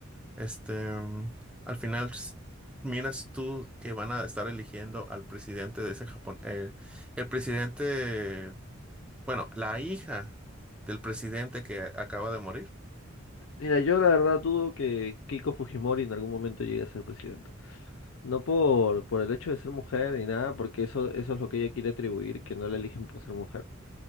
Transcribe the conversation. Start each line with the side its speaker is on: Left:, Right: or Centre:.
Centre: Este, mm, al final, s- miras tú que van a estar eligiendo al presidente de ese Japón. eh, el presidente, bueno, la hija del presidente que acaba de morir.
Left: Mira, yo la verdad dudo que Keiko Fujimori en algún momento llegue a ser presidenta. No por, por el hecho de ser mujer ni nada, porque eso, eso es lo que ella quiere atribuir, que no la eligen por ser mujer.